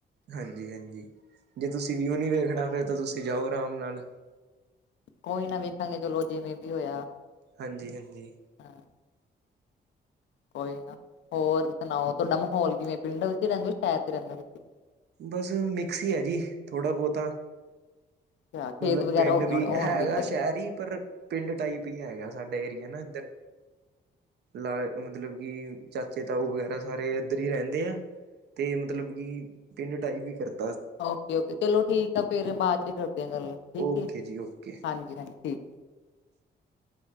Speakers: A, on the right; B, on the left.
A: ਹਾਂਜੀ ਹਾਂਜੀ ਜੇ ਤੁਸੀਂ ਵਿਊ ਨਹੀਂ ਵੇਖਣਾ ਫਿਰ ਤਾਂ ਤੁਸੀਂ ਜਾਓ ਆਰਾਮ ਨਾਲ।
B: ਕੋਈ ਨਾ ਵੇਖਾਂਗੇ ਚਲੋ ਜਿਵੇਂ ਵੀ ਹੋਇਆ।
A: ਹਾਂਜੀ ਹਾਂਜੀ।
B: ਹਾਂ। ਕੋਈ ਨਾ ਹੋਰ ਸੁਣਾਓ ਤੁਹਾਡਾ ਮਾਹੌਲ ਕਿਵੇਂ ਪਿੰਡ ਵਿੱਚ ਰਹਿੰਦੇ ਹੋ ਸ਼ਹਿਰ ਚ ਰਹਿੰਦੇ ਹੋ ਤੁਸੀਂ।
A: ਬਸ ਮਿਕਸ ਹੀ ਹੈ ਜੀ ਥੋੜ੍ਹਾ ਬਹੁਤਾ
B: ਅੱਛਾ, ਖੇਤ
A: ਮਤਲਬ
B: ਵਗੈਰਾ
A: ਪਿੰਡ
B: ਹੋ ਗਏ
A: ਵੀ
B: ਹੋਣੇ ਹੋਣਗੇ
A: ਹੈਗਾ
B: ਉੱਧਰ
A: ਸ਼ਹਿਰ ਹੀ ਪਰ ਪਿੰਡ ਟਾਈਪ ਹੀ ਹੈਗਾ ਸਾਡਾ ਏਰੀਆ ਨਾ ਇੱਧਰ ਲਾ ਮਤਲਬ ਕਿ ਚਾਚੇ ਤਾਓ ਵਗੈਰਾ ਸਾਰੇ ਇੱਧਰ ਹੀ ਰਹਿੰਦੇ ਆ ਅਤੇ ਮਤਲਬ ਕਿ ਪਿੰਡ ਟਾਈਪ ਵੀ ਕਰ
B: ਓਕੇ ਓਕੇ, ਚਲੋ ਠੀਕ ਆ ਫਿਰ ਬਾਅਦ 'ਚ ਕਰਦੇ ਹਾਂ ਗੱਲ ਠੀਕ
A: ਓਕੇ
B: ਹੈ
A: ਜੀ ਓਕੇ
B: ਹਾਂਜੀ ਹਾਂਜੀ ਠੀਕ।